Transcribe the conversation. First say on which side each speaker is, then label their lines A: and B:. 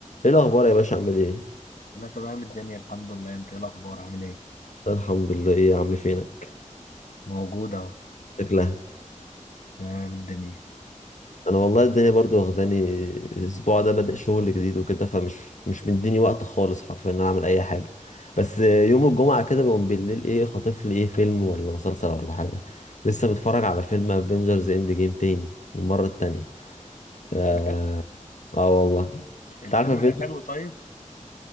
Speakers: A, on the left; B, on the left.
A: ايه الاخبار يا باشا عامل ايه
B: انا تمام الدنيا الحمد لله انت ايه الاخبار عامل ايه
A: الحمد لله ايه يا عم فينك
B: موجود اهو
A: شكلها
B: تمام الدنيا
A: انا والله الدنيا برضو واخداني الاسبوع ده بادئ شغل جديد وكده فمش مش مديني وقت خالص حرفيا ان انا اعمل اي حاجه بس يوم الجمعه كده بقوم بالليل ايه خاطف لي ايه فيلم ولا مسلسل ولا حاجه لسه متفرج على فيلم افنجرز اند جيم تاني المره التانية اه,
B: بجد
A: آه والله
B: الفيلم
A: انت عارف افنجرز
B: ده حلو طيب